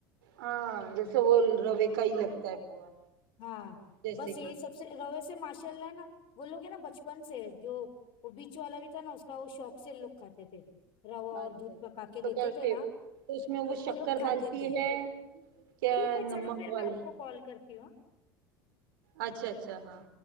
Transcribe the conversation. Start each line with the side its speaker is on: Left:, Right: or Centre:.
Right: ہاں جیسے وہ روے کا ہی لگتا ہے پورا
Left: ہاں
Right: جیسے
Left: بس
Right: کہ
Left: یہی سب سے روے سے ماشاء اللہ ہے نا وہ لوگ ہیں نا بچپن سے جو وہ بیچ والا بھی تھا نا اس کا وہ شوق سے لوگ کھاتے تھے روا
Right: اچھا
Left: اور دودھ
Right: اچھا
Left: پکا کے دیتے
Right: تو
Left: تھے نا
Right: اس میں
Left: تو
Right: شکر
Left: وہ لوگ کھاتے
Right: ڈالتی
Left: تھے
Right: ہے کیا
Left: ٹھیک ہے
Right: نمک
Left: چلو پھر
Right: والا
Left: میں آپ کو کال کرتی ہوں ہاں
Right: اچھا اچھا ہاں